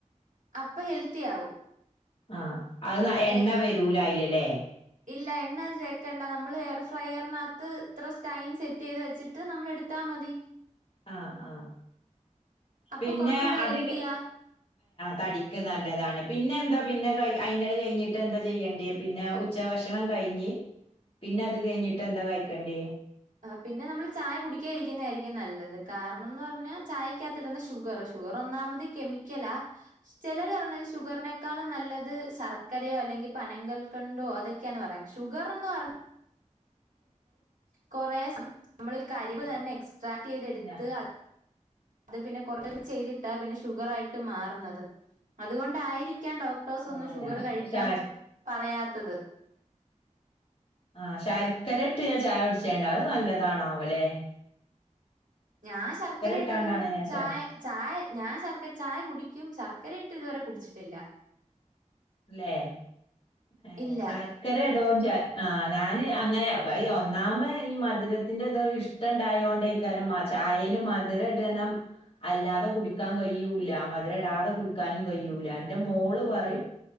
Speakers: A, on the right; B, on the left.
A: അപ്പൊ ഹെൽത്തി ആവും.
B: ആഹ് അത് എണ്ണ
A: എ
B: വരൂല അയില് ഇല്ലേ?
A: ഇല്ല എണ്ണ ചേക്കണ്ട. നമ്മള് എയർ ഫ്രയറിനകത്ത് ഇത്ര ടൈം സെറ്റ് ചെയ്ത് വെച്ചിട്ട് നമ്മൾ എടുത്താ മതി
B: ആഹ് ആഹ്
A: അപ്പൊ
B: പിന്നെ
A: കൊറച്ചൂടെ
B: അത്
A: ഹെൽത്തിയാ.
B: തടിക്ക് നല്ലതാണ് പിന്നെ എന്താ പിന്നെ ക അയി കഴിഞ്ഞിട്ട് എന്താ ചെയ്യണ്ടേ പിന്നെ ഉച്ചഭക്ഷണം കഴിഞ്ഞ് പിന്നത് കഴിഞ്ഞിട്ട് എന്താ കഴക്കണ്ടേ
A: പിന്നെ നമ്മൾ ചായ കുടിക്കാത ഇരിക്കുന്നതായിരിക്കും നല്ലത് കാരണംന്ന് പറഞ്ഞാൽ ചായക്കകത്ത് ഇടുന്ന ഷുഗർ ഷുഗറോ ഒന്നാമത് കെമിക്കലാ, ചെലര് പറേന്നത് ഷുഗറിനേക്കാളും നല്ലത് ശക്കരയാ അല്ലെങ്കി പനങ്കൾക്കണ്ടോ അതൊക്കെയാന്ന് പറയാം ഷുഗർന്ന് പറ കൊറെ നമ്മൾ കരിവ്
B: ആഹ് ശ
A: തന്നെ എക്സ്ട്രാക്ട് ചെയ്തെടുത്ത്
B: ഞാ
A: അത് പിന്നെ കുറ ചെയ്തിട്ടാ പിന്നെ ഷുഗറ് ആയിട്ട് മാറുന്നത് അതുകൊണ്ടായിരിക്കും ക്കാൻ ഡോക്ടേഴ്സ്
B: ആഹ്
A: ഒന്നും ഷുഗർ
B: ഞാൻ
A: കഴിക്കാൻ
B: ശാര്
A: പറയാത്തത്.
B: ആ ശർക്കരേ ഇട്ട് ഞാ ചായ കുടിച്ചേണ്ട് അത് നല്ലതാണാവലെ
A: ഞാൻ ശർക്കര ഇട്ടൊന്നും
B: ഇട്ടാണ്ടാണ് ഞാൻ
A: ചായ
B: ചാ
A: ചായ ഞാൻ ശർക്കര ചായ കുടിക്കും ശർക്കര ഇട്ട് ഇതുവരെ കുടിച്ചിട്ടില്ല
B: അല്ലേ ഏ
A: ഇല്ല.
B: ശർക്കരടോ ആ ഞാന് അങ്ങനെ ഈ ഒന്നാമ ഈ മധുരത്തിന്റെത ഇഷ്ടം ഉണ്ടായോണ്ടേക്കാരും ചായൽ മധുരടനം അല്ലാതെ കുടിക്കാൻ കഴിയൂല്ല മധുര ഇടാതെ കുടിക്കാനും കഴിയൂല്ല എറെ മോള് പറയും